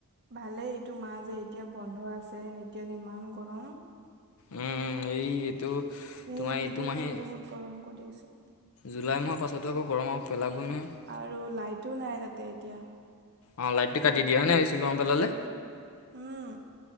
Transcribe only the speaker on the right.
ভালে তোমাৰ যে এতিয়া বন্ধ আছে। এতিয়া যে ইমান গৰম
এইকেইদনে
বহুত গৰম কৰি আছে।
আৰু লাইটো নাই তাতে এতিয়া।
উম,